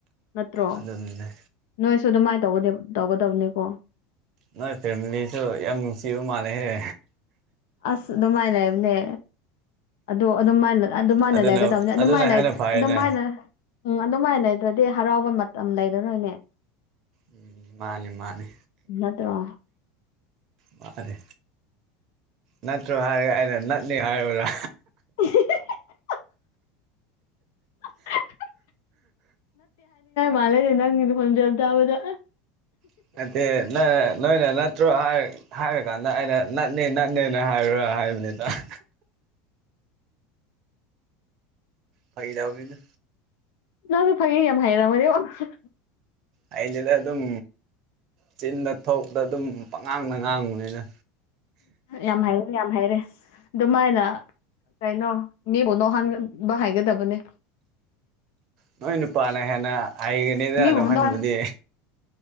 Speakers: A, on the left (about 60°); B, on the right (about 45°).
A: ꯅꯠꯇ꯭ꯔꯣ
B: ꯑꯗꯨꯅꯤꯅꯦ
A: ꯅꯣꯏꯁꯨ ꯑꯗꯨꯃꯥꯏꯅ ꯇꯧꯒ ꯇꯧꯒꯗꯕꯅꯤꯀꯣ
B: ꯅꯣꯏ ꯐꯦꯃꯤꯂꯤꯁꯨ ꯌꯥꯝ ꯅꯨꯡꯁꯤꯕ ꯃꯥꯜꯂꯦꯍꯦ
A: ꯑꯁ ꯑꯗꯨꯃꯥꯏ ꯂꯩꯕꯅꯦ ꯑꯗꯣ ꯑꯗꯨꯃꯥꯏꯅ ꯑꯗꯨꯃꯥꯏꯅ
B: ꯑꯗꯨꯅ
A: ꯂꯩꯒꯗꯕꯅꯤ ꯑꯗꯨꯃꯥꯏꯅ
B: ꯑꯗꯨꯅ ꯍꯦꯟꯅ ꯐꯩꯅꯦ
A: ꯑꯗꯨꯃꯥꯏꯅ ꯎꯝ ꯑꯗꯨꯃꯥꯏꯅ ꯂꯩꯗ꯭ꯔꯗꯤ ꯍꯔꯥꯎꯕ ꯃꯇꯝ ꯂꯩꯔꯥꯔꯣꯏꯅꯦ
B: ꯎꯝ ꯃꯥꯅꯤ ꯃꯥꯅꯤ
A: ꯅꯠꯇ꯭ꯔꯣ
B: ꯃꯥꯅꯤ ꯅꯠꯇ꯭ꯔꯣ ꯍꯥꯏꯔꯒ ꯑꯩꯅ ꯅꯠꯂꯤ ꯍꯥꯏꯔꯨꯔꯥ
A: <inaudible> <unintelligible> ꯃꯥꯂꯦ ꯂꯩ ꯏꯅꯪꯅꯤꯅ ꯐꯣꯟꯖꯦꯜꯗꯥꯎꯕꯗ
B: <unintelligible> ꯅꯣꯏꯅ ꯅꯠꯇ꯭ꯔꯣ ꯍꯥꯏꯔꯀꯥꯟꯗ ꯑꯩꯅ ꯅꯠꯅꯦ ꯅꯠꯅꯦꯅ ꯍꯥꯏꯔꯣ ꯍꯥꯏꯕꯅꯤꯗ <inaudible> ꯐꯥꯒꯤꯇꯧꯕꯅꯤꯗ
A: ꯅꯪꯁꯨ ꯐꯥꯒꯤ ꯌꯥꯝ ꯍꯥꯏꯔꯝꯃꯅꯦꯕꯨ
B: ꯑꯩꯗꯨꯗ ꯑꯗꯨꯝ ꯆꯤꯟꯗ ꯊꯣꯛꯄꯗ ꯑꯗꯨꯝ ꯄꯪꯉꯥꯡꯗ ꯉꯥꯡꯕꯅꯤꯅ
A: ꯌꯥꯝ ꯍꯥꯏꯔꯦ ꯌꯥꯝ ꯍꯥꯏꯔꯦ ꯑꯗꯨꯃꯥꯏꯅ ꯀꯩꯅꯣ ꯃꯤꯕꯨ ꯅꯣꯛꯍꯟꯕ ꯍꯥꯏꯒꯗꯕꯅꯦ
B: ꯅꯣꯏ ꯅꯨꯄꯥꯅ ꯍꯦꯟꯅ ꯍꯩꯒꯅꯤꯗꯅ
A: ꯃꯤꯕꯨ
B: ꯅꯍꯟꯕꯗꯤ
A: ꯅꯣꯛꯍꯟ